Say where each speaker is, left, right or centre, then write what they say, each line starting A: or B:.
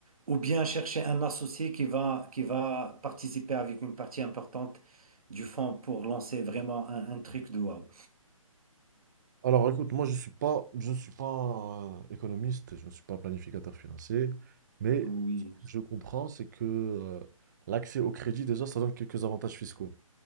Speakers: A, on the right; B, on the right.
A: Ou bien chercher un associé qui va, qui va participer avec une partie importante du fonds pour lancer vraiment un, un truc de wow.
B: Alors écoute, moi je suis pas, je ne suis pas euh, économiste, je ne suis pas planificateur financier, mais
A: Oui,
B: ce que je comprends, c'est que euh, l'accès au crédit, déjà, ça donne quelques avantages fiscaux.